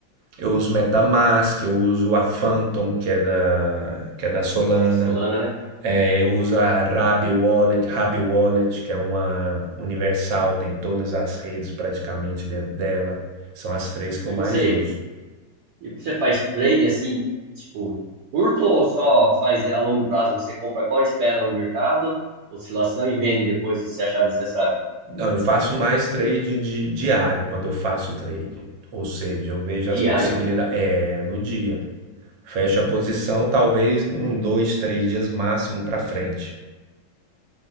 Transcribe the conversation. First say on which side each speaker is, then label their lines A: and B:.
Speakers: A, on the right; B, on the right.
A: Eu uso MetaMask, eu uso a Phantom, que é da, que é da Solana.
B: A Solana, né?
A: É, eu uso a Rabi Wallet, Rabi Wallet, que é uma universal, tem todas as redes praticamente dentro dela. São as três que
B: E
A: eu
B: você?
A: mais uso.
B: E você faz trade assim, tipo, curto ou só faz a longo prazo? Você compra agora, espera o mercado, oscilação e vende depois se achar necessário.
A: Não, eu faço mais trading de- diário quando eu faço trading. Ou seja, eu vejo
B: Diário?
A: as possibilidades. É, no dia. Fecho a posição, talvez um, dois, três dias máximo para frente.